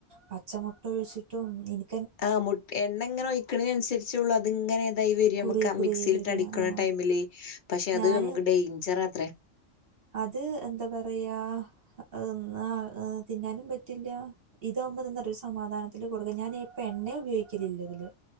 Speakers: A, on the right; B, on the left.
A: പച്ചമുട്ട ഒഴിച്ചിട്ടും ഇനി
B: ആഹ് മുട്ട എണ്ണ ഇങ്ങനെ ഒഴിക്കുന്നതിനനുസരിച്ചുള്ളൂ അത് ഇങ്ങനെരിതായി വരി
A: കുറുകി
B: നമ്മക്ക്
A: കുറുകി
B: മിക്സിയിലിട്ടടിക്കണ
A: വരിക ആ
B: ടൈമില് പക്ഷെ അത്
A: ഞാന്
B: നമുക്ക് ഡൈഞ്ചറാത്രേ
A: അത് എന്താ പറയാ ന്ന ആ തിന്നാനും പറ്റ റ്റില്ലാ ഇതാകുമ്പന്നൊരു സമാധാനത്തിൽ കൊടുക്ക ഞാൻ ഇപ്പ എണ്ണ ഉപയോഗിക്കലില്ല ഇതില്